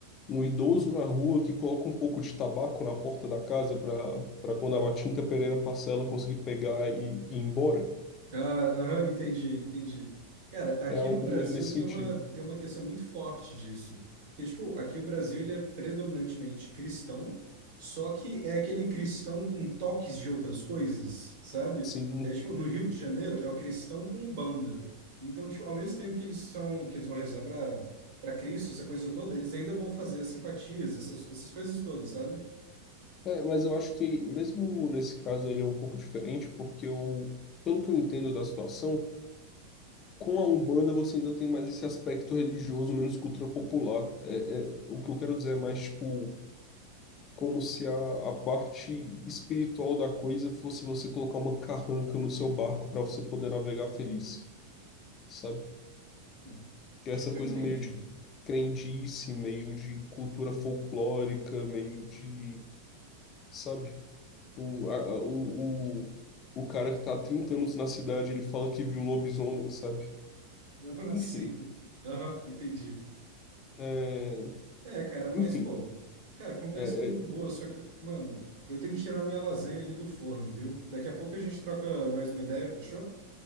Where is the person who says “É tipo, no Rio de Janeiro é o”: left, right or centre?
Right